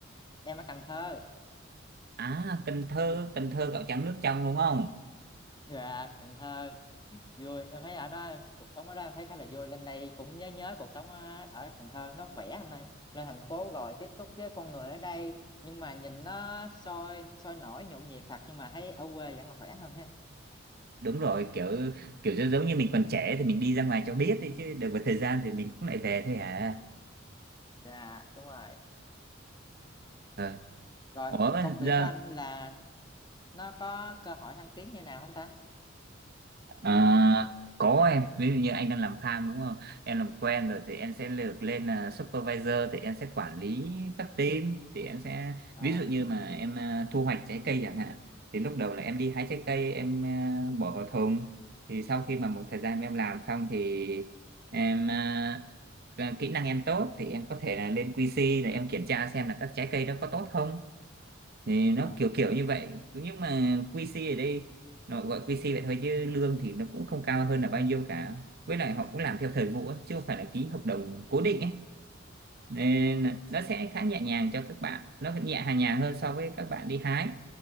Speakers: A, on the left; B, on the right.
A: em ở Cần Thơ
B: à Cần Thơ Cần Thơ gạo trắng nước trong đúng không
A: dạ Cần Thơ vui em thấy ở đó em cuộc sống ở đó em thấy khá là vui lên đây cũng nhớ nhớ cuộc sống ở, ở Cần Thơ nó khỏe anh ơi lên thành phố rồi tiếp xúc với con người ở đây nhưng mà nhìn nó sôi sôi nổi nhộn nhịp thật nhưng mà thấy ở quê vẫn là khỏe hơn ha
B: đúng rồi kiểu kiểu giống giống như mình còn trẻ thì mình đi ra ngoài cho biết đi chứ được một thời gian thì mình cũng lại về thôi à
A: dạ đúng rồi
B: Ờ.
A: rồi
B: ủa mà
A: công việc
B: giờ
A: của anh là nó có cơ hội thăng tiến như nào không ta
B: À, có em ví dụ như anh đang làm farm đúng không em làm quen rồi thì em sẽ lược lên là supervisor thì em sẽ quản lý các team thì em sẽ
A: ờ
B: ví dụ như mà em à, thu hoạch trái cây chẳng hạn thì lúc đầu là em đi hái trái cây em à, bỏ vào thùng thì sau khi mà một thời gian em làm xong thì em à, à, kỹ năng em tốt thì em có thể là lên QC để em kiểm tra xem là các trái cây đó có tốt không thì
A: dạ
B: nó kiểu kiểu như vậy nhưng mà QC ở đây nó gọi QC vậy thôi chứ lương thì nó cũng không cao hơn là bao nhiêu cả với lại họ cũng làm theo thời vụ ấy, chứ không phải là ký hợp đồng cố định ấy nên
A: à,
B: là nó sẽ khá nhẹ nhàng cho các bạn nó nhẹ hà nhàng hơn so với các bạn đi hái